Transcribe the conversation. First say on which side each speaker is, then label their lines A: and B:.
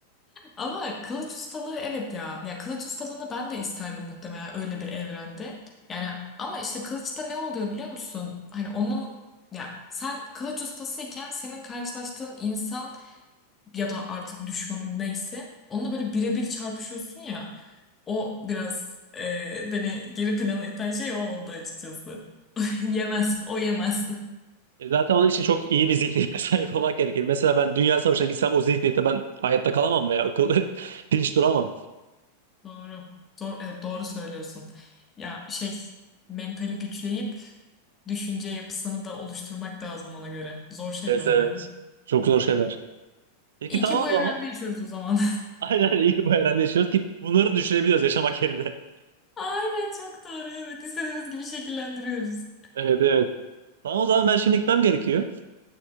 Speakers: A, on the left (about 20°); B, on the right (about 60°).
A: Ama kılıç ustalığı evet ya. Ya kılıç ustalığını ben de isterdim muhtemelen öyle bir evrende. Yani ama işte kılıçta ne oluyor biliyor musun? Hani onun ya sen kılıç ustasıyken senin karşılaştığın insan ya da artık düşmanın neyse onunla böyle birebir çarpışıyorsun ya. O biraz e, beni geri plana iten şey o oldu açıkçası. <laughs> Yemez. O yemez.
B: E zaten onun için çok iyi bir zihniyete <laughs> sahip olmak gerekir. Mesela ben Dünya Savaşı'na gitsem o zihniyette ben hayatta kalamam veya akıl <laughs> dinç duramam.
A: Doğru. Doğru, evet, doğru söylüyorsun. Ya şey mentali güçleyip düşünce yapısını da oluşturmak lazım ona göre. Zor şeyler
B: Evet evet.
A: ya.
B: Çok zor şeyler. Peki
A: İyi
B: tamam
A: ki bu
B: o
A: evrende
B: zaman.
A: yaşıyoruz o zaman.
B: Aynen iyi ki bu evrende yaşıyoruz ki bunları düşünebiliyoruz yaşamak yerine. <laughs>
A: <laughs> Aynen çok doğru. Evet istediğimiz gibi şekillendiriyoruz.
B: Evet evet. Tamam o zaman ben şimdi gitmem gerekiyor.